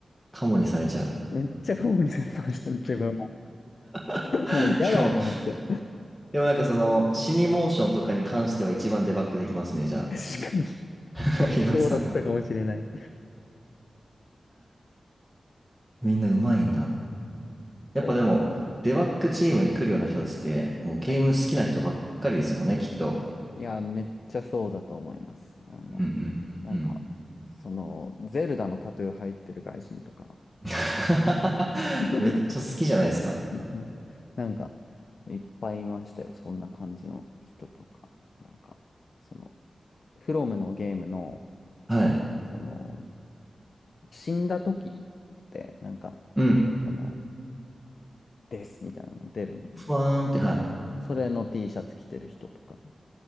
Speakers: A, in the centre; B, on the left.
A: カモにされちゃう。
B: めっちゃ顔にされてました、自分は。
A: <laughs>
B: もう嫌だと思って。
A: でも、でもなんかその、死にモーションとかに関しては一番デバッグできますね、じゃあ。
B: 確かに、
A: <laughs> ヒロトさんが。
B: そうだったかもしれない。
A: みんなうまいんだ。やっぱでも、
B: こ
A: デバッグチームに来るような人たちって、もうゲーム好きな人ばっかりですもんね、
B: う、はい。
A: きっと。
B: いや、めっちゃそうだと思います。あの、
A: うんうんうんうん。
B: なんか、その、ゼルダのタトゥー入ってる外人とか、
A: <laughs>
B: <laughs>
A: めっちゃ好きじゃないですか。
B: うんなんか、いっぱいいましたよ。そんな感じの人とか。なんか、その、フロムのゲームの、
A: はい。
B: その、死んだ時って、なんか、
A: うん。
B: この、ですみたいなの出るんで、
A: ふわーんって、はい。
B: それの T シャツ着てる人とか。